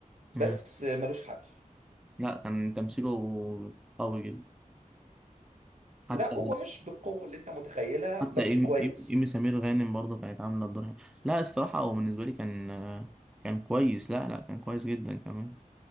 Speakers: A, on the right; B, in the centre.
A: بس
B: مم.
A: ملوش حل
B: لا كان تمثيله قوي جدا حتى
A: لا هو مش بالقوة اللي انت متخيلها
B: حتى
A: بس
B: إيمي
A: كويس
B: إيمي إيمي سمير غانم برضه كانت عاملة الدور حلو. لا الصراحة هو بالنسبة لي كان كان كويس لا لا كان كويس جدا كمان